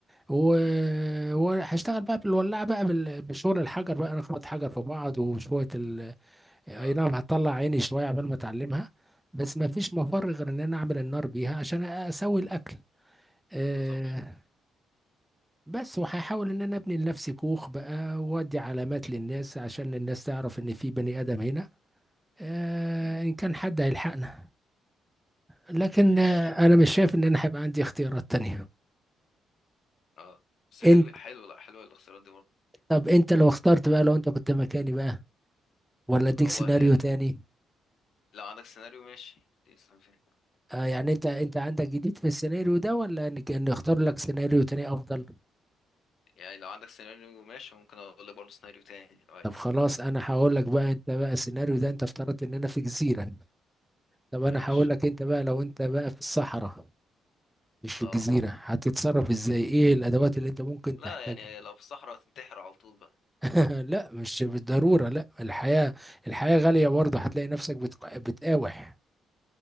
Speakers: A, in the centre; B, on the left.
A: و...
B: مم.
A: وهشتغل بقى بالولاعة بقى بال... بشغل الحجر بقى نخبط حجر في بعض وشوية اي
B: اه
A: نعم هتطلع عيني شويه عبال ما اتعلمها بس ما فيش مفر غير ان انا اعمل النار بيها عشان اسوي الاكل أه
B: بالظبط
A: بس وهحاول ان انا ابني لنفسي كوخ بقى وادي علامات للناس عشان الناس تعرف ان في بني ادم هنا أه
B: مم.
A: ان كان حد هيلحقنا لكن
B: ماشي
A: آه، انا مش شايف ان انا هيبقى عندي اختيارات تانية
B: اه بس حلو
A: انت
B: حلو لا حلوة الاختيارات دي برضه
A: طب انت لو اخترت بقى لو انت كنت مكاني بقى ولا اديك
B: هو
A: سيناريو تاني
B: لو عندك سيناريو ماشي لسه ما فاهم.
A: أه يعني انت انت عندك جديد في السيناريو ده ولا ان إن اختار لك سيناريو تاني افضل
B: يعني لو عندك سيناريو ماشي ممكن اقول لك برضه سيناريو تاني لو عايز
A: طب خلاص انا هقول لك بقى انت بقى السيناريو ده انت افترضت ان انا في جزيرة طب انا
B: ماشي
A: هقول لك انت بقى لو انت بقى في الصحراء مش في
B: اه
A: الجزيرة هتتصرف ازاي ايه الادوات اللي انت ممكن
B: لا
A: تحتاجها
B: يعني لو في الصحراء هتنتحر على طول بقى
A: <laughs> لا مش بالضرورة لا الحياة الحياة غالية برضه هتلاقي نفسك بتق... بتقاوح